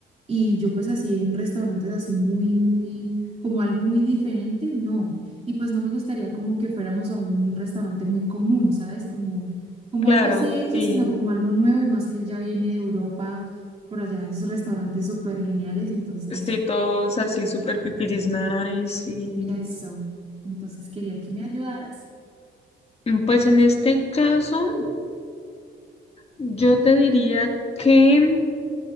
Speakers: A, on the right; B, on the left.
A: Y yo pues así en restaurantes así muy, muy, como algo muy diferente, no. Y pues no me gustaría como que fuéramos a un restaurante muy común, ¿sabes? Como, como
B: Claro,
A: algo así X,
B: sí.
A: sino como algo nuevo y más que él ya viene de Europa, por allá en sus restaurantes súper geniales. Entonces,
B: Sí, todos así, súper pipiris nice y.
A: eso. Entonces quería que me ayudaras.
B: Mm, Pues en este caso, yo te diría que,